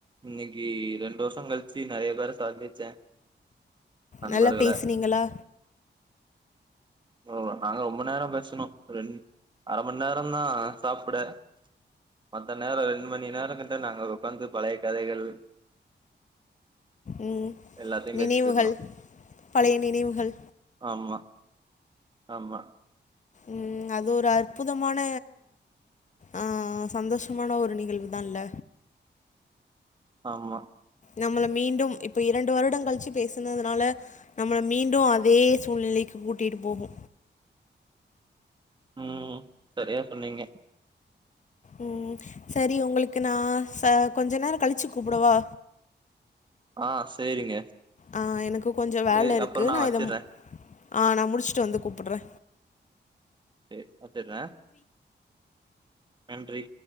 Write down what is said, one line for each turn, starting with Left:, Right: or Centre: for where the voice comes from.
Right: இன்னைக்கி ரெண்டு வருஷோ கழிச்சு நெறைய பேர சந்திச்சே நண்பர்கள
Left: நல்லா பேசினீங்களா
Right: ஓ நாங்க ரொம்ப நேரொ பேசுனோ ரெண் அர மண் நேரந்தா சாப்ட மத்த நேர ரெண் மணி நேரங்கிட்ட நாங்கள் உக்காந்து பழைய கதைகள்
Left: ம்
Right: எல்லாத்தையு
Left: நினைவுகள்
Right: பேசிட்டு இருந்தோ
Left: பழைய நினைவுகள்
Right: ஆமா ஆமா
Left: ம் அது ஒரு அற்புதமான ஆ சந்தோஷமான ஒரு நிகழ்வு தால்ல
Right: ஆமா
Left: நம்மள மீண்டும் இப்ப இரண்டு வருடங் கழிச்சு பேசுனதுனால நம்மள மீண்டு அதே சூழ்நிலைக்கு கூட்டிட்டு போகூ
Right: ம் சரியா சொன்னீங்க
Left: ம் சரி உங்களுக்கு நா ச கொஞ்ச நேரொ கழிச்சு கூப்புடவா
Right: ஆ சேரிங்க
Left: ஆ எனக்கு கொஞ்ச வேல
Right: சேரி
Left: இருக்கு
Right: அப்பறோ
Left: நா
Right: வச்சிர்றே
Left: இதம் ஆ நா முடிச்சிட்டு வந்து கூப்புட்ற
Right: சே வத்திரே நன்றி